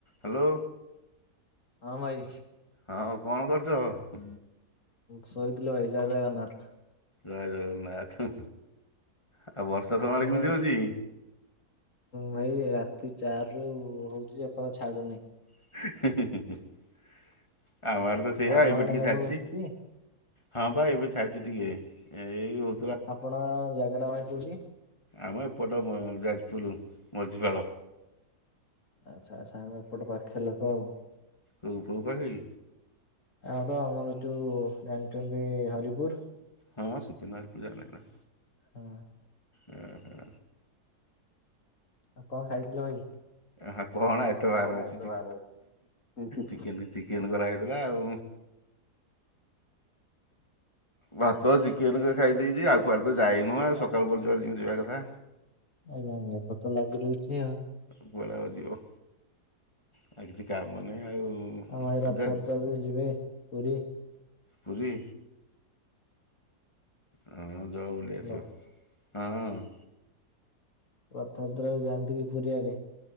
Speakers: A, on the left; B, on the left.
A: Hello.
B: ହଁ ଭାଇ।
A: ହଁ ଆଉ କଣ କରୁଚ?
B: ଶୋଇଥିଲ ଭାଇ ଜୟ ଜଗନ୍ନାଥ।
A: ଜୟ ଜଗନ୍ନାଥ ଆଉ ବର୍ଷା
B: ଆପଣଙ୍କ
A: ତମ ଆଡେ କେମିତି ହଉଚି।
B: ଭାଇ ରାତି ଚାରି ରୁ ହଉଛି ଯେ ଏ ପର୍ଯ୍ୟନ୍ତ ଛାଡୁନି।
A: ଆମ ଆଡ଼େ ତ ସେୟା
B: ଆପଣ
A: ଏବେ
B: ଆଡେ
A: ଟିକେ
B: ମେଘ
A: ଛାଡ଼ିଛି।
B: ହଉଛି
A: ହଁ ପା ଏବେ ଛାଡିଛି ଟିକେ ଏଇ ହଉ
B: ଆପଣ ଜାଗାଟା ଭାଇ କୋଉଠି?
A: ଆମ ଏପଟ ଯାଜପୁର ମଝିପାଳ।
B: ଆଚ୍ଛା ଆଚ୍ଛା ଆମ ଏପଟ ପାଖ ଲୋକ ଆଉ।
A: କୋଉ କୋଉ ପାଖ କି?
B: ଆର ଆମର ଯୋଉ ଜାଣିଛନ୍ତି ହରିପୁର?
A: ହଁ ସୁକିନ୍ଦା ହରିପୁର ଜାଣିନି ନା।
B: ହୁଁ।
A: ଉଁ ହୁଁ।
B: ଆଉ କଣ ଖାଇଥିଲ ଭାଇ?
A: ହଁ କଣ ଏତେ ବାର
B: କଣ
A: ଅଛି
B: ଏତେ
A: ଚି
B: ବାର ଅଛି
A: ଚିକେନ୍ ଚିକେନ୍ କରାହେଇଥିଲା ଆଉ। ଭାତ ଚିକେନ ତ ଖାଇ ଦେଇଛି ଆଉ କୁଆଡେ ତ ଯାଇନୁ ଆଉ
B: ଯାଇନ
A: ସକାଳୁ ପହରୁ ଜୁଆଡେ ଯେମିତି ଯିବା କଥା।
B: ଆଜ୍ଞା ଆଜ୍ଞା ବର୍ଷା ତ ଲାଗି ରହିଛି ଆଉ।
A: କୁଆଡେ ଆଉ ଯିବ? ଆଉ କିଛି କାମ ନାହିଁ ଆଉ
B: ଭାଇ ରଥଯାତ୍ରା
A: ଯେତ୍
B: କୁ ଯିବେ ପୁରୀ?
A: ପୁରୀ? ହଁ ଯଅ ବୁଲି
B: ହ୍ୟାଲୋ
A: ଆସିବ ହଁ।
B: ରଥଯାତ୍ରାକୁ ଯାଆନ୍ତି କି ପୁରୀଆଡେ?